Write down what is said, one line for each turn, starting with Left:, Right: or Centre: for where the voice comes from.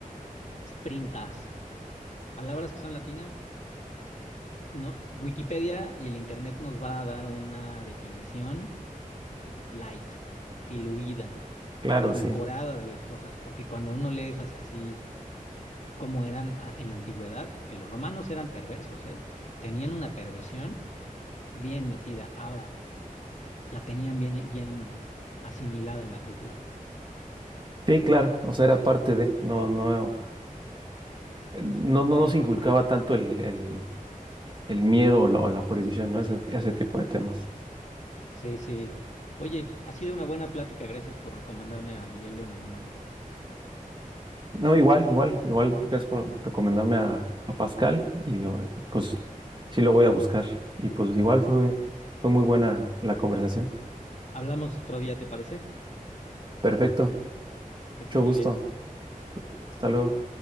Left: sprintas, palabras que son latinas, no, Wikipedia y el Internet nos va a dar una definición di- light, diluida,
Right: claro,
Left: edulcorada
Right: sí.
Left: de las cosas, porque cuando uno lee esas- así como eran a- en la antigüedad, porque los romanos eran perversos, ¿eh? Tenían una perversión bien metida, ahora la tenían bien, bien asimilada en la cultura.
Right: Sí, claro, o sea, era parte de, no, no, eh, no, no
Left: Eh,
Right: nos inculcaba tanto el, el, el miedo o la, o la prohibición, ¿no? Ese, ese tipo de temas.
Left: sí, sí. Oye, ha sido una buena plática, gracias por recomendarme a Miguel de Unamuno.
Right: No, igual, igual, igual, gracias por recomendarme a, a Pascal y yo, pues sí lo voy a buscar. Y pues igual fue, fue muy buena la conversación.
Left: Hablamos otro día, ¿te parece?
Right: Perfecto,
Left: Que estés
Right: mucho
Left: muy
Right: gusto.
Left: bien.
Right: Hasta luego.